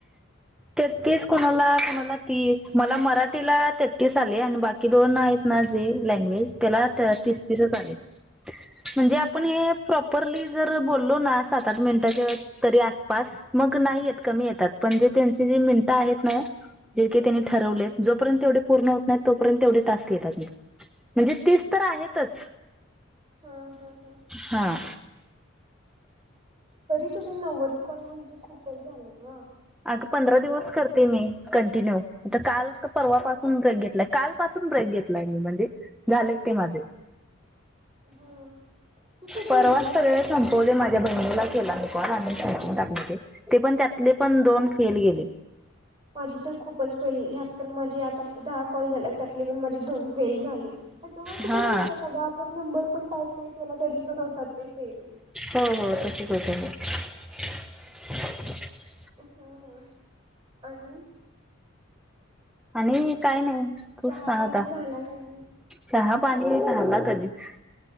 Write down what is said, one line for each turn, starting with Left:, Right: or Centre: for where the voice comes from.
Centre: तेहत्तिस कुणाला कुणाला तीस मला मराठीला तेहत्तिस आले आणि बाकी दोन आहेत ना जे लँग्वेज त्याला
Right: हा
Centre: त्या तीस तीसच आलेत. <inaudible> म्हणजे आपण हे प्रॉपली जर बोल लो ना, सात आठ मिंट किंवा तरी आसपास मग नाही येत कमी येतात. पण जे त्यांचे जे मिंट आहेत नाइ जेके
Right: हा
Centre: त्यांनी ठरवलेत. जोपर्यंत तेवढे पूर्ण होत नाहीत, तोपर्यंत तेवढे टास्क येतात हे म्हणजे तीस तर आहेतच.
Right: हा हा हा.
Centre: हा.
Right: तरी तुझे नव्वद कॉल म्हणजे खूपच झाले गं
Centre: अग पंधरा दिवस करते मी कंटिन्यू, आता काल का परवापासून ब्रेक घेतलाय, काल पासून ब्रेक घेतलाय मी म्हणजे झालेत ते माझे
Right: हा ते
Centre: परवाच
Right: गुजराती
Centre: सगळ
Right: मध्ये
Centre: संपवले
Right: आणि
Centre: माझ्या बहिणीला केला मी कॉल आणि संपवून टाकल ते, ते पण त्यातले पण दोन फेल गेले.
Right: माझी तर खूपच फेल ह्यात पण माझे आता दहा कॉल झाल्यात, त्यातले पण माझे दोन फेल झाले, ऑटोमॅटिकच
Centre: हा
Right: होतात अगं आपण नंबर पण टाईप नाही केला, तरी पण होतात ते फेल
Centre: हो हो तशी <inaudible>
Right: हा आणि
Centre: आणि काय नाई खूप
Right: चहा
Centre: साहता
Right: पाणी झाला का नाही
Centre: चहा पाणी झाला कधीच,